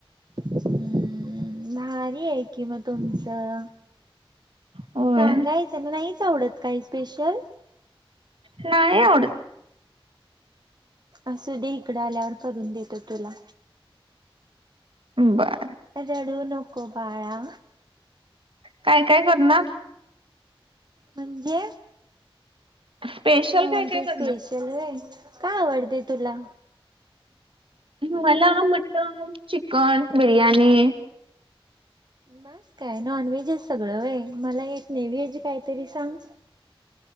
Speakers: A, on the right; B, on the right.
A: हम्म भारी आहे कि म तुमचं
B: होय
A: सांगायचं म नाहीच आवडत काही स्पेशल.
B: नाहीय आवड.
A: असू दे इकडं आल्यावर करून देतो तुला.
B: बर.
A: रडू नको बाळा.
B: काय काय करणार.
A: म्हणजे.
B: स्पेशल
A: अच्छा म्हणजे
B: काय काय करणार?
A: स्पेशल होय काय आवडते तुला.
B: मला मटन चिकन बिर्याणी.
A: मस् काय नॉनव्हेज आहे सगळं व मला एक नेव्हेज काहीतरी सांग